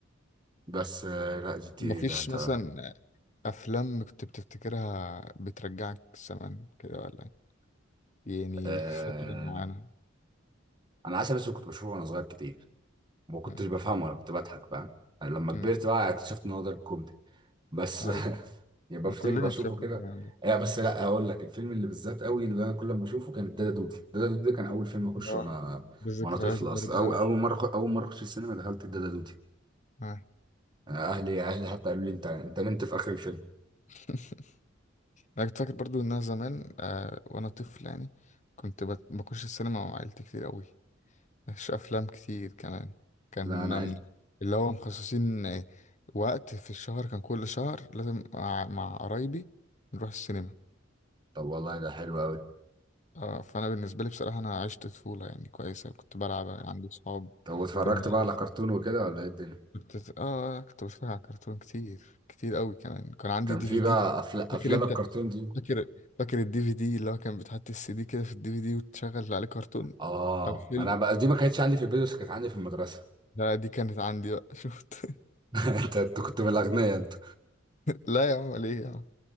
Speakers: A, on the right; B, on the left.
A: بس آه، لا جي تي
B: مفيش
A: ايه ده انت
B: مثلا افلام كنت بتفتكرها بترجعك زمان كده ولا إيه؟ يعني
A: آه
B: فترة معينة
A: انا عسل اسود كنت بشوفه وانا صغير كتير ما كنتش
B: مم.
A: بفهمه ولا كنت بضحك فاهم لما كبرت
B: مم.
A: بقى اكتشفت ان هو ده الكوميدي بس
B: ايوه
A: <laughs> يعني بفتكر
B: كلنا
A: بشوفه
B: شفنا
A: كده
B: الكلام ده
A: آه بس لا اقول لك الفيلم اللي بالذات قوي اللي انا كل ما اشوفه كان دادا دودي دادا دودي ده كان اول فيلم اخشه
B: اه.
A: وانا
B: بالذكريات
A: وانا طفل
B: برضه
A: اصلا او
B: أوي
A: اول مره اول مره اخش السينما دخلت دادا دودي
B: آه.
A: آه، اهلي اهلي حتى قالوا لي انت انت نمت في اخر الفيلم
B: <laughs> انا كنت فاكر برضو ان انا زمان آه وانا طفل يعني كنت بت- بخش السينما مع عيلتي كتير قوي مش افلام كتير كمان كان
A: لا انا عايز
B: من- اللي هو مخصصين آه، وقت في الشهر كان كل شهر لازم مع, مع قرايبي نروح السينما
A: طب والله ده حلو قوي
B: آه، فانا بالنسبه لي بصراحه انا عشت طفوله يعني كويسه كنت بلعب عندي صحاب
A: طب واتفرجت
B: في المدرسه
A: بقى على كرتون وكده ولا ايه الدنيا
B: كنت اه كنت بتفرج على كرتون كتير كتير قوي كمان كان عندي
A: كان
B: دي
A: في
B: في دي
A: بقى أفل... افلام
B: فاكر انت
A: الكرتون دي
B: فاكر فاكر الدي في دي اللي هو كان بتحط السي دي كده في الدي في دي وتشغل عليه كرتون
A: اه
B: او فيلم
A: انا بقى دي ما كانتش عندي في البيت بس كانت عندي في المدرسه
B: لا دي كانت عندي بقى <laughs> شفت
A: <laughs> انت انت كنت من الاغنياء انت
B: لا يا عم ليه يا عم